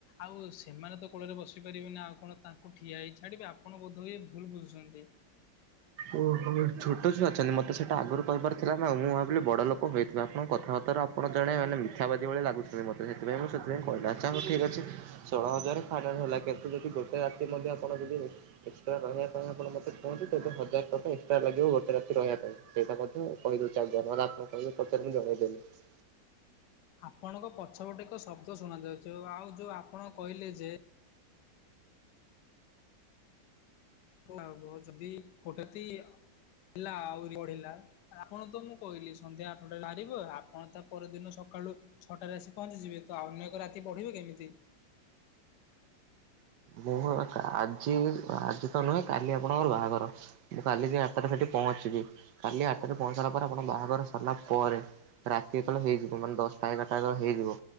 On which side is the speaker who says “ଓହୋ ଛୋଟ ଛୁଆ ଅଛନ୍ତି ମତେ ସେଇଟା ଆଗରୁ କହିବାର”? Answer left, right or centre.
Right